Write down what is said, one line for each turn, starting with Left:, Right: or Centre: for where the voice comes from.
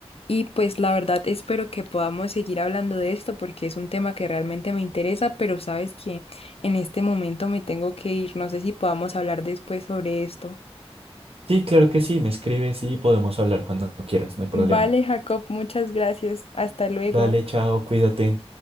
Left: y pues la verdad espero que podamos seguir hablando de esto porque es un tema que realmente me interesa, pero sabes que en este momento me tengo que ir. No sé si podamos hablar después sobre esto.
Right: Sí, claro que sí, me escribes y podemos hablar cuando quieras, no hay problema.
Left: Vale, Jacob, muchas gracias. Hasta luego.
Right: Dale, chao, cuídate.